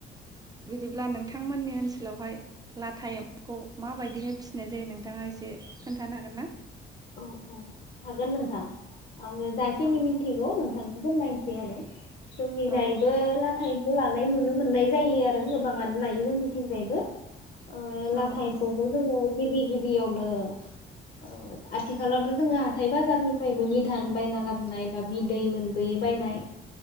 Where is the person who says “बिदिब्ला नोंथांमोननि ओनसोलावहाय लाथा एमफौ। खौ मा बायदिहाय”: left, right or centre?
Right